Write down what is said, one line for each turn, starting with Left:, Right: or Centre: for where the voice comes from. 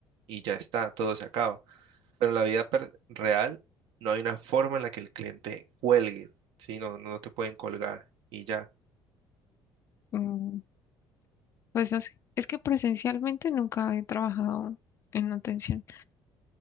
Right: y ya está, todo se acaba. Pero en la vida per- real no hay una forma en la que el cliente cuelgue, ¿sí? No, no te pueden colgar y ya.
Left: Mm, pues no sé, es que presencialmente nunca he trabajado en atención,